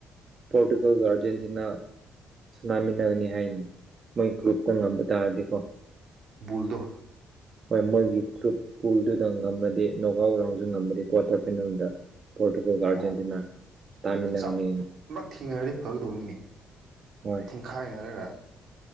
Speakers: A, on the right (about 45°); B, on the right (about 70°).
A: ꯄꯣꯔꯇꯨꯒꯜꯒ ꯑꯥꯔꯖꯦꯟꯇꯤꯅꯥ ꯁꯨꯅꯥꯃꯤꯟꯅꯔꯥꯅꯤ ꯍꯥꯏꯅꯤ ꯃꯣꯏ ꯒ꯭ꯔꯨꯞꯇ ꯉꯝꯕ ꯇꯥꯔꯗꯤꯀꯣ
B: ꯕꯨꯜꯗꯣ
A: ꯍꯣꯏ ꯃꯣꯏꯒꯤ ꯒ꯭ꯔꯨꯞ ꯄꯨꯜꯗꯨꯗ ꯉꯝꯃꯗꯤ ꯅꯣꯒꯥꯎꯠ ꯔꯥꯎꯟꯁꯨ ꯉꯝꯃꯗꯤ ꯀ꯭ꯋꯥꯔꯇꯔ ꯐꯥꯏꯅꯦꯜꯗ ꯄꯣꯔꯇꯨꯒꯜꯒ ꯑꯥꯔꯖꯦꯟꯇꯤꯅꯥ
B: ꯑꯣ
A: ꯇꯥꯃꯤꯟꯅꯒꯅꯤ
B: ꯑꯁ ꯑꯃ ꯊꯦꯡꯅꯔꯗꯤ ꯐꯒꯗꯧꯅꯤꯅꯦ
A: ꯍꯣꯏ
B: ꯊꯤꯡꯈꯥꯏꯅꯔꯒ